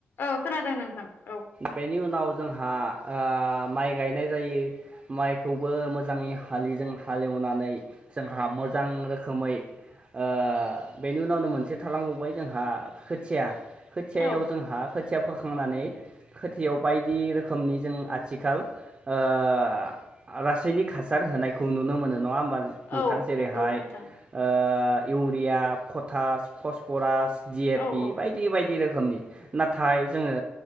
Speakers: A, on the left (about 55°); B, on the right (about 30°).
A: औ खोनादों नोंथां औ
B: बेनि उनाव जोंहा आ माइ गायनाय जायो माइखौबो मोजाङै हालिजों हालेव नानै जोंहा मोजां रोखोमै अ बेनि उनावनो मोनसे थालांबावबाय जोंहा खोथिया खोथियायाव
A: औ
B: जोंहा खोथिया फोखांनानै खोथियाव बायदि रोखोमनि जों आथिखाल अ रासायनिक हासार होनायखौ नुनो मोनो नङा होमबा नोंथां
A: औ
B: जेरैहाय
A: नंगौ नोंथां
B: अ इउ रिया फतास फसरास दि ए
A: औ
B: पि
A: औ
B: बायदि बायदि रोखोमनि नाथाय जोङो